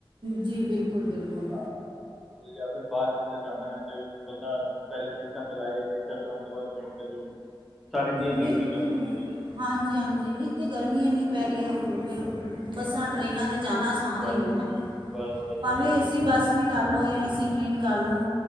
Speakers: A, on the right (about 65°); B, in the centre.
A: ਜੀ ਬਿਲਕੁਲ। ਬਿਲਕੁਲ
B: ਹਾਂ ਗਿਆ ਫਿਰ ਬਾਹਰ ਕਿਧਰ ਜਾਣਾ ਹੈ ਤੇ ਬੰਦਾ। ਪਹਿਲੇ ਟਿਕਟਾਂ ਕਰਵਾਏ ਟਿਕਟਾਂ ਕਰਾਉਣ ਤੋਂ ਬਾਅਦ ਵੇਟ ਕਰੇ। ਸਾਰੀ ਚੀਜ਼ਾਂ ਦੇਖਣੀ
A: ਬਿਲਕੁਲ
B: ਪੈਂਦੀਆਂ ਉਹਦੇ 'ਚ
A: ਹਾਂਜੀ ਹਾਂਜੀ
B: ਹੈ ਨਾ
A: ਇ ਤਾਂ ਗਰਮੀ ਇੰਨੀ ਪੈ ਰਹੀ ਹੈ ਉਹ। ਫਿਰ ਬੱਸਾਂ ਟਰੇਨਾਂ ਤੇ ਜਾਣਾ ਅਸਾਨ
B: ਬਸ
A: ਨਹੀਂ ਹੈ ਨਾ
B: ਬਸ ਬਸ
A: ਭਾਵੇਂ
B: ਉਹੀ ਗੱਲ
A: ਏਸੀ
B: ਨਾ
A: ਬੱਸ ਵੀ ਕਰ ਲਉ ਜਾਂ ਏਸੀ ਟ੍ਰੇਨ ਕਰ
B: ਹਾਂ
A: ਲਓ